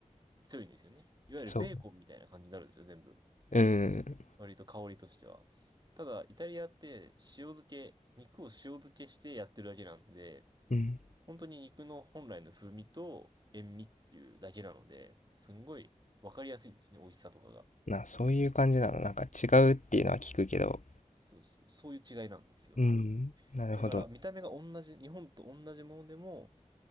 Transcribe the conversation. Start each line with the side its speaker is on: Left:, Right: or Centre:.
Right: 強いんですよね。いわゆるベーコンみたいな感じになるんですよ、
Left: そう。
Right: 全部。
Left: うん。
Right: 割と香りとしては。ただ、イタリアって塩漬け、肉を塩漬けしてやってるだけなんで、
Left: うん。
Right: 本当に肉の本来の風味と塩味っていうだけなので、すんごいわかりやすいんですね、美味しさとかが。
Left: な、そういう感じなの。なんか違うっていうのは聞くけど。
Right: そうそう、そういう違いなんですよ。
Left: うん。なるほど。
Right: だから見た目が同じ、日本と同じものでも、